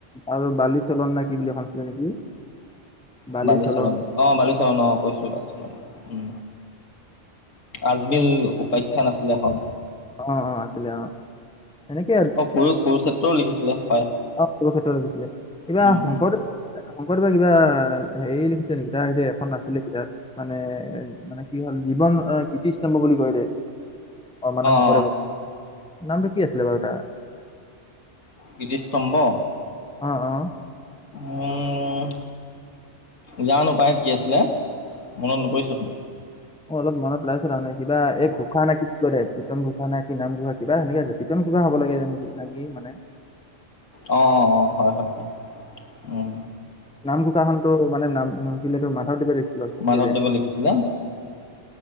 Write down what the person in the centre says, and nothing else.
আৰু বালি চলন ন কি বুলি ভনছিলে নেকি। বালি
চলন
অ, অ, আছিলে অ, এনেকে।
অ, কেত্ৰ লাগিছিলে কিবা
শংকৰদেৱ
শংকৰদেৱা কিবা হেৰি লিখিছে নেকি, ত স এখন নাছিলে কিতাপ মানে মানে কি হ'ল জীৱন কীৰ্তিস্তম্ভ বুলি কয়, অ, মানে। শংকৰদেৱক
নামটো কি আছিলে বাৰু তাৰ।
অ, অ,
অ, অলপ মনত ললাইছে তাৰমানে কিবা এই ঘোষা নেকি। কীৰ্তন ঘোষা ন কি নাম ঘোষা কিবা সেনেকে আছে কীৰ্তন ঘোষা হব লাগে যে নেক মানে।
নাম ঘোষা খন টো মানে নাম ঘোষা খন টো মাধৱদেৱে লিখিছিলে। লিখিছিলে
দে